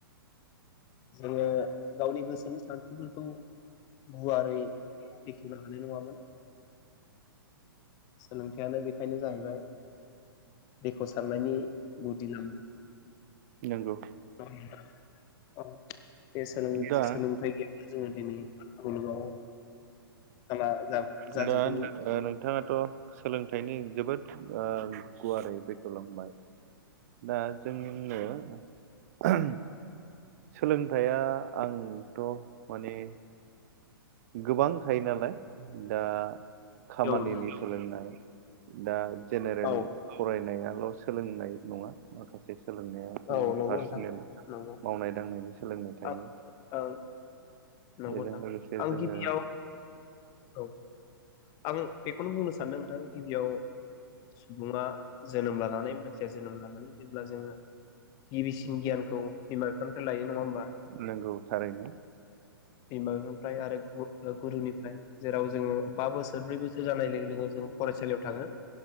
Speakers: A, on the left; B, on the right.
A: जोङो गावनि गोसोनि सानस्रिफोरखौ गुवारै बेखेवनो हानाय नङामोन। सोलों थायानो बेखायनो जाहैबाय बेखौ साननायनि गुदि लामा
B: नोंगौ
A: <unintelligible> औ बे सोलों-सोलोंथाइ
B: दा
A: गैयाब्ला जोङो दिनै गुलुगाव खाना जा
B: दा
A: जाजोबगौमोन।
B: ओ नोंथाङाथ' सोलोंथाइनि जोबोद ओ गुवारै बेखेवलांबाय दा जोंनिनो सोलोंथाया आंथ' माने गोबां थायो नालाय दा खामानिनि
A: औ नोंथां
B: सोलोंनाय दा जेनेरेल
A: औ
B: फरायनायाल' स सोलोंनाय नङा माखासे सोलोंनाया जोंनि
A: औ नंगौ
B: पार्सनेल
A: नोंथां नंगौ।
B: मावनाय दांनायनि सोलोंनाय थायो।
A: आं ओं नंगौ
B: बेजों
A: नोंथां
B: लोगोसे
A: आं
B: जोङो
A: गिबियाव औ आं बेखौनो बुंनो सानदों नोंथां। गिबियाव सुबुङा जोनोम लानानै मानसिया जोनोम लानानै जेब्ला जोङो गिबिसि गियानखौ बिमा बिफानिफ्राय लायो नङा होमबा?
B: नंगौ थारैनो
A: बिमा बिफानिफ्राय आरो गु ओ गुरुनिफ्राय जेराव जोङो बा बोसोर ब्रै बोसोर जानाय लोगो लोगो जों फरायसालियाव थाङो।